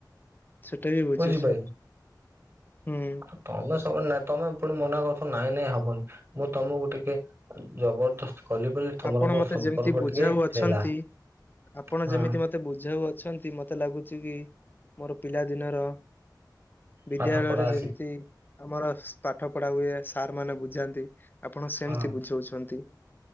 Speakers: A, on the left (about 25°); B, on the right (about 35°).
A: ସେଟା ବି ବୁଝୁଛି
B: ବୁଝିପାରିଲ
A: ହୁଁ
B: ଆଉ ତମେ ସ ନାଇଁ ତମେ ପୁଣି ମନା କରୁଥିବ ନାଇଁ ନାଇଁ ହବନି ମୁଁ ତମକୁ ଟିକେ ଜବରଦସ୍ତ କଲି ବୋଲି ତମର
A: ଆପଣ
B: ମୋର
A: ମତେ
B: ସମ୍ପର୍କ
A: ଯେମିତି ବୁଝାଉ
B: ଟିକେ
A: ଅଛନ୍ତି
B: ହେଲା।
A: ଆପଣ
B: ହଁ
A: ଯେମିତି ମତେ ବୁଝାଉ ଅଛନ୍ତି ମତେ ଲାଗୁଛି କି ମୋର ପିଲା ଦିନର ବିଦ୍ୟାଳୟରେ
B: ପାଠ ପଢା
A: ଯେମିତି
B: ଶି
A: ଆମର ପାଠ ପଢା ହୁଏ ସାର୍ ମାନେ ବୁଝାନ୍ତି ଆପଣ ସେମିତି
B: ହଁ
A: ବୁଝଉଛନ୍ତି।